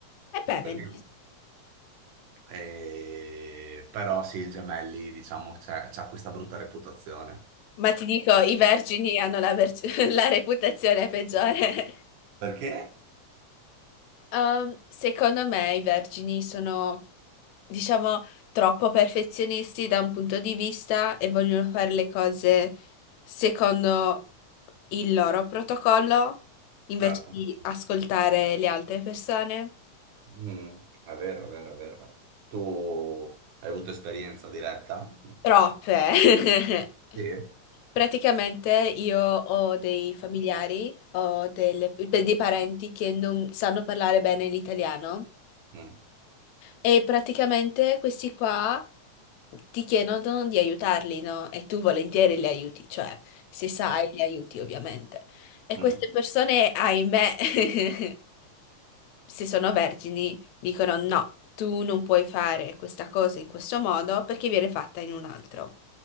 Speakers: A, on the left; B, on the right.
A: E beh,
B: Perché-
A: benissimo.
B: Eh, però sì, i gemelli, diciamo, c'è c'ha questa brutta reputazione.
A: Ma ti dico, i vergini hanno la, ver- <laughs> la reputazione peggiore.
B: Perché?
A: Um, secondo me i vergini sono, diciamo, troppo perfezionisti da un punto di vista e vogliono fare le cose secondo il loro protocollo invece
B: Certo.
A: di ascoltare le altre persone.
B: Mm, è vero, è vero, è vero. Tu hai avuto esperienza diretta?
A: Troppe. <laughs>
B: Sì.
A: Praticamente io ho dei familiari, ho delle- dei parenti che non sanno parlare bene l'italiano
B: Mm,
A: e praticamente questi qua ti chiedono di aiutarli, no? E tu volentieri li aiuti, cioè se sai
B: cioè,
A: li aiuti ovviamente. E
B: mm.
A: queste persone, ahimè, <laughs> se sono vergini, dicono no, tu non puoi fare questa cosa in questo modo perché viene fatta in un altro.